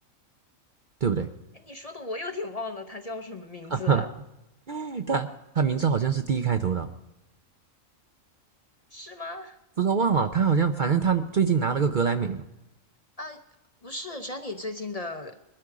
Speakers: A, on the right; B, on the left.
A: 对不对？
B: 哎，你说的我有点忘了她叫什么名字了，
A: <laughs> 他他名字好像是 D 开头的啊，
B: 是吗？
A: 不知道忘了，他好像反正他最近拿了个格莱美嘛。
B: 啊，不是 Jennie 最近的